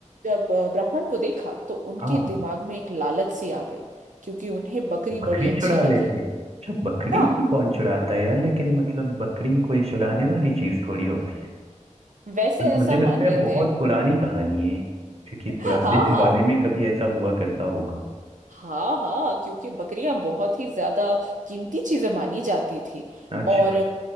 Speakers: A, on the right (about 85°); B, on the right (about 50°).
A: जब अ, ब्राह्मण को देखा तो उनके
B: हाँ
A: दिमाग में एक लालच सी आ गई क्योंकि उन्हें बकरी
B: बकरी
A: बड़ी अच्छी
B: चुरा
A: लगी
B: लेते अच्छा बकरी
A: हाँ
B: को कौन चुराता है यार लेकिन मतलब बकरी कोई चुराने वाली चीज थोड़ी होती है
A: वैसे ऐसा
B: मुझे लगता
A: मान
B: है
A: लेते
B: बहुत
A: हैं
B: पुरानी कहानी है ये, क्योंकि
A: <laughs>
B: पुराने
A: हाँ
B: जमाने
A: हाँ
B: में कभी ऐसा हुआ करता होगा
A: हाँ हाँ क्योंकि बकरियां बहुत ही ज्यादा कीमती चीजें मानी जाती थी
B: अच्छा
A: और